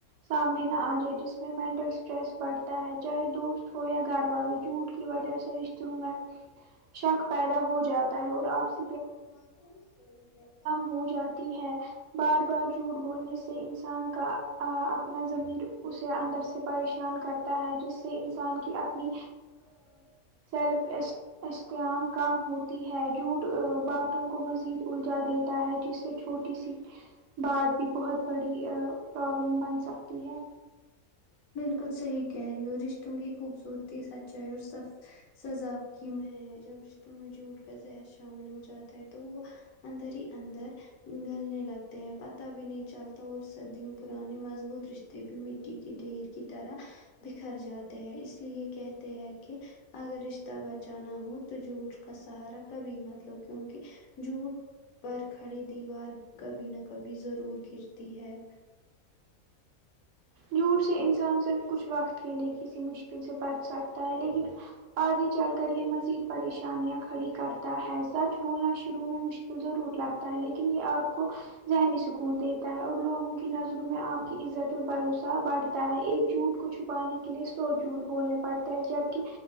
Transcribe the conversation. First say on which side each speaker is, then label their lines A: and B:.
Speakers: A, on the right; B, on the left.
A: سامنے نہ آ جائے جس میں مینٹل اس ٹریس بڑھتا ہے چاہے دوست ہو یا گھر والے جھوٹ کی وجہ سے رشتوں میں شک پیدا ہو جاتا ہے اور آپ س
B: <unintelligible>
A: ہو جاتی ہے بار بار جھوٹ بولنے سے انسان کا اپنا ضمیر اسے اندر سے پریشان کر تا ہے جس سے انسان کی اپنی
B: <unintelligible>
A: سیلف اس استعام کم ہوتی ہے جھوٹ باتوں کو مزید الجھا دیتا ہے جس سے چھوٹی سی بات بھی بہت بڑی ا پرابلم بن سکتی ہے
B: بالکل صحیح کہہ رہی ہو رشتوں کی خوبصورتی سچائی اور سف سزافگی میں ہے جب رشتوں میں جھوٹ کا زہر شامل ہو جاتا ہے تو وہ اندر ہی اندر گلنے لگتے ہیں پتہ بھی نہیں چلتا اور سدیوں پرانے مضبوط رشتے بھی مٹ کے ڈھیر کی طرح بکھر جاتے ہیں اس لیے کہتے ہیں کہ اگر رشتہ بچانا ہو تو جھوٹ کا سہارا کبھی مطلب کیونکی جوٹ پر کھڑی دیوار کبھی نہ کبھی ضرور گرتی ہے
A: جھوٹ سے انسان صرف کچھ وقت کے لے کسی مشکل سے بچ سکتا ہے لیکن آگے چل کر یے مزید پریشانیاں کھڑی کرتا ہے سچ بولنا شروع میں مشل ضرور لگتا ہے لیکن یے آپ کو ذہنی سکون دیتا ہے اور لوگوں کی نظر روں میں آپ کی عزت ال بھروسہ بڑھ تا ہے ایک جھوٹ کو چھپانے کے لیے سو جھوٹ بولنے پڑتا ہے جبکی